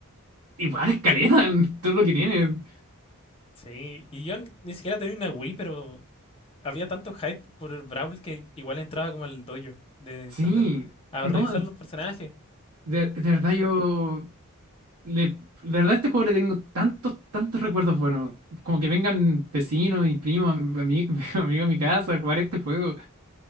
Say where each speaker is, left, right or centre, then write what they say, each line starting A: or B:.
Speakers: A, on the right (about 75°); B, on the left (about 25°).
A: Igual es caleta, en <laughs> todo lo que tiene.
B: Sí, y yo ni siquiera tenía una Wii, pero. había tanto hype por el Brawl que igual entraba como al dojo de
A: Sí,
B: internet a
A: no,
B: revisar los personajes.
A: de, de verdad yo. Le, de verdad, a este juego le tengo tantos, tantos recuerdos buenos. Como que vengan vecinos y primos, amigos, <laughs> amigos a mi casa a jugar este juego.